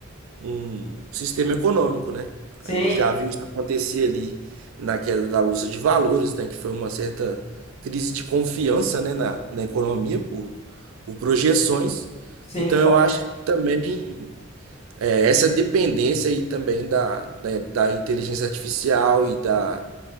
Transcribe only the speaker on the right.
um sistema econômico, né?
A gente já viu isso acontecer ali na queda da Bolsa de Valores, né? Que foi uma certa crise de confiança, né? na, na economia por, por projeções.
Então,
eu acho que também é, essa dependência aí também da, da, da inteligência artificial e da,